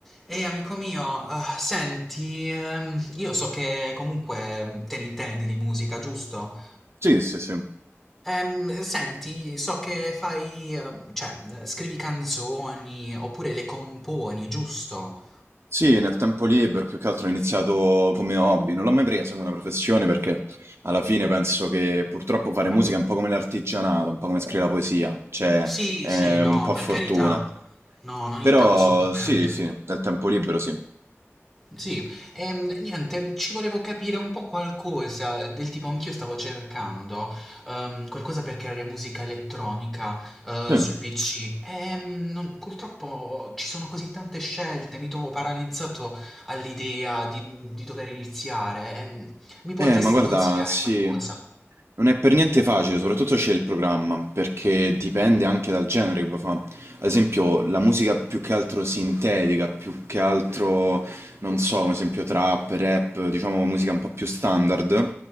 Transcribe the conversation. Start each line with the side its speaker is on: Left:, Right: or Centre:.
Centre: Ehi amico mio, eh, senti, ehm, io so che comunque ehm, te ne intendi di musica, giusto?
Right: Sì, sì, sì.
Centre: Ehm, senti, so che fai, ehm, cioè, eh, scrivi canzoni oppure le componi, giusto?
Right: Sì, nel tempo libero più che altro ho iniziato come hobby, non l'ho mai presa come una professione perché alla fine penso che purtroppo fare
Centre: Ah,
Right: musica è un po' come l'artigianato, un po' come scrivere la poesia, cioè
Centre: Sì,
Right: è
Centre: sì, no,
Right: un po' a
Centre: per
Right: fortuna.
Centre: carità. No, non
Right: Però
Centre: intendo assolutamente.
Right: sì, sì, nel tempo libero sì.
Centre: Sì, ehm, niente, ci volevo capire un po' qualcosa, del tipo anch'io stavo cercando ehm, qualcosa per creare musica elettronica eh,
Right: Sì.
Centre: sul PC. Ehm, non- purtroppo ci sono così tante scelte, mi trovo paralizzato all'idea di, di dover iniziare. Ehm, mi potresti
Right: Eh, ma guarda,
Centre: consigliare
Right: sì,
Centre: qualcosa?
Right: non è per niente facile, soprattutto c'è il programma, perché dipende anche dal genere che vuoi fa. ad esempio la musica più che altro sintetica, più che altro, non so, come esempio trap, rap, diciamo musica un po' più standard,